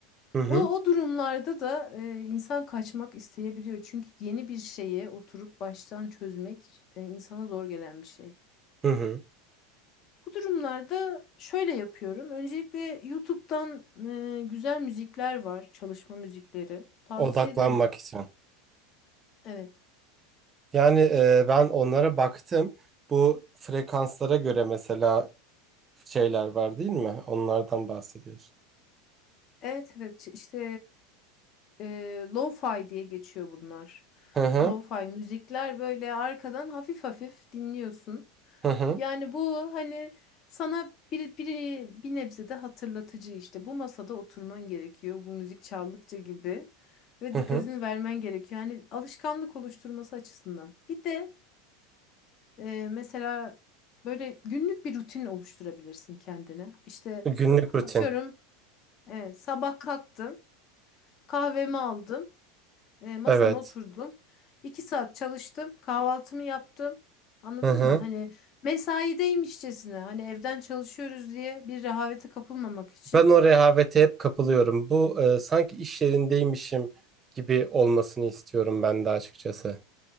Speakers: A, on the right (about 25°); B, on the left (about 45°).
A: Hı hı.
B: O, o durumlarda da e, insan kaçmak isteyebiliyor. Çünkü yeni bir şeye oturup baştan çözmek e, insana zor gelen bir şey.
A: Hı hı.
B: Bu durumlarda şöyle yapıyorum. Öncelikle YouTube'dan e, güzel müzikler var, çalışma müzikleri. Tavsiye
A: Odaklanmak
B: ederim.
A: için.
B: Evet.
A: Yani e, ben onlara baktım. Bu frekanslara göre mesela şeyler var değil mi? Onlardan bahsediyorsun.
B: Evet evet işte e, lo-fi diye geçiyor bunlar.
A: Hı hı.
B: Lo-fi müzikler böyle arkadan hafif hafif dinliyorsun.
A: Hı hı.
B: Yani bu hani sana bir, bir, bir nebze de hatırlatıcı işte. Bu masada oturman gerekiyor bu müzik çaldıkça gibi. Ve
A: Hı
B: dikkatini
A: hı.
B: vermen gerekiyor. Yani alışkanlık oluşturması açısından. Bir de e, mesela böyle günlük bir rutin oluşturabilirsin kendine. İşte
A: Günlük rutin.
B: atıyorum evet, sabah kalktım kahvemi aldım e, masama
A: Evet.
B: oturdum. İki saat çalıştım. Kahvaltımı yaptım. Anladın
A: Hı hı.
B: mı? Hani mesaideymişçesine hani evden çalışıyoruz diye bir rehavete kapılmamak için.
A: Ben o rehavete hep kapılıyorum. Bu e, sanki iş yerindeymişim gibi olmasını istiyorum ben de açıkçası.